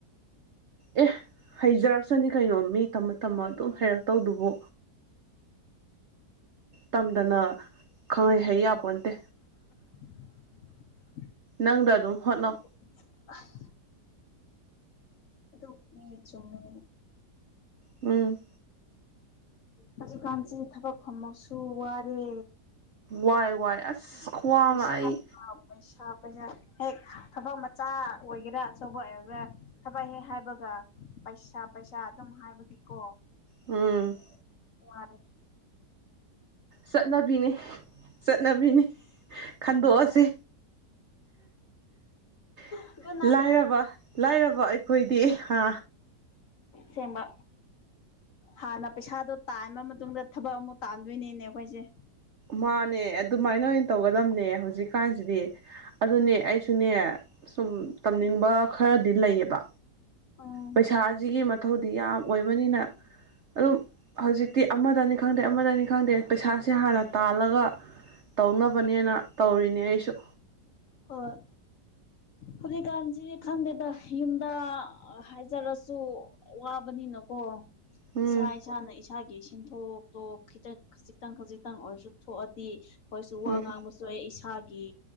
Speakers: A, on the right; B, on the left.
A: ꯑꯦ ꯍꯩꯖꯔꯛꯁꯅꯤ ꯀꯩꯅꯣ ꯃꯤ ꯇꯝꯃ ꯇꯝꯃ ꯑꯗꯨꯝ ꯍꯩꯔꯛꯇꯧꯗꯨꯕꯨ ꯇꯝꯗꯅ ꯈꯪꯍꯩ ꯍꯩ ꯌꯥꯄꯣꯠꯇꯦ
B: <inaudible>
A: ꯅꯪꯗ ꯑꯗꯨꯝ ꯍꯣꯠꯅꯧ
B: <unintelligible> <unintelligible> ꯆꯨꯝꯃꯨ
A: ꯎꯝ
B: ꯍꯧꯖꯤꯛ ꯀꯥꯟꯁꯤꯗꯤ ꯊꯕꯛ ꯐꯝꯃꯁꯨ ꯋꯥꯔꯦ
A: ꯋꯥꯏ ꯋꯥꯏ ꯑꯁ ꯈꯨꯋꯥ
B: ꯄꯩꯁꯥ__
A: ꯑꯃ ꯑꯩ
B: ꯑ ꯄꯩꯁꯥ ꯄꯩꯁꯥ ꯍꯦꯛ ꯊꯕꯛ ꯃꯆꯥ ꯑꯣꯏꯒꯦꯔꯥ ꯑꯆꯧꯕ ꯑꯣꯏꯒꯦꯔꯥ ꯊꯕꯛ ꯍꯦꯛ ꯍꯥꯏꯕꯒ ꯄꯩꯁꯥ ꯄꯩꯁꯥ ꯑꯗꯨꯝ ꯍꯥꯏꯕꯒꯤꯀꯣ
A: ꯎꯝ
B: ꯋꯥꯔꯦ
A: ꯆꯠꯅꯕꯤꯅꯤ ꯆꯠꯅꯕꯤꯅꯤ ꯈꯟꯗꯣꯛꯑꯁꯤ
B: ꯍꯣꯏ
A: <unintelligible>
B: ꯑꯗꯨꯅ
A: ꯂꯥꯏꯔꯕ ꯂꯥꯏꯔꯕ ꯑꯩꯈꯣꯏꯗꯤ ꯍꯥ
B: ꯁꯦꯝꯕ ꯍꯥꯟꯅ ꯄꯩꯁꯥꯗꯣ ꯇꯥꯟꯕ ꯃꯇꯨꯡꯗ ꯊꯕꯛ ꯑꯃꯨꯛ ꯇꯥꯟꯗꯣꯏꯅꯤꯅꯦ ꯑꯩꯈꯣꯏꯁꯦ
A: ꯃꯥꯟꯅꯦ ꯑꯗꯨꯃꯥꯏꯅ ꯑꯣꯏꯅ ꯇꯧꯒꯗꯝꯅꯦ ꯍꯧꯖꯤꯛꯀꯥꯟꯁꯤꯗꯤ ꯑꯗꯨꯅꯦ ꯑꯩꯁꯨꯅꯦ ꯁꯨꯝ ꯇꯝꯅꯤꯡꯕ ꯈꯔꯗꯤ ꯂꯩꯌꯦꯕ
B: ꯎꯝ
A: ꯄꯩꯁꯥꯁꯤꯒꯤ ꯃꯊꯧꯗꯤ ꯌꯥꯝ ꯑꯣꯏꯕꯅꯤꯅ ꯑꯗꯨꯝ ꯍꯧꯖꯤꯛꯇꯤ ꯑꯃꯗꯅꯤ ꯈꯪꯗꯦ ꯑꯃꯗꯅꯤ ꯈꯪꯗꯦ ꯄꯩꯁꯥꯁꯦ ꯍꯥꯟꯅ ꯇꯥꯜꯂꯒ ꯇꯧꯅꯕꯅꯦꯅ ꯇꯧꯔꯤꯅꯦ ꯑꯩꯁꯨ
B: ꯍꯣꯏ ꯍꯧꯖꯤꯛꯀꯥꯟꯁꯤꯗꯤ ꯈꯪꯗꯦꯗ ꯌꯨꯝꯗ ꯑ ꯍꯥꯏꯖꯔꯁꯨ ꯋꯥꯕꯅꯤꯅꯀꯣ
A: ꯎꯝ
B: ꯏꯁꯥ ꯏꯁꯥꯅ <unintelligible> ꯏꯁꯥꯒꯤ ꯁꯤꯟꯊꯣꯛꯇꯣ ꯈꯤꯇꯪ ꯈꯖꯤꯛꯇꯪ ꯈꯖꯤꯛꯇꯪ ꯑꯣꯏꯔꯁꯨ ꯊꯣꯛꯑꯗꯤ ꯑꯩꯈꯣꯏꯁꯨ ꯋꯥ
A: ꯎꯝ
B: ꯉꯥꯡꯕꯁꯨ__ ꯍꯣꯏ ꯏꯁꯥꯒꯤ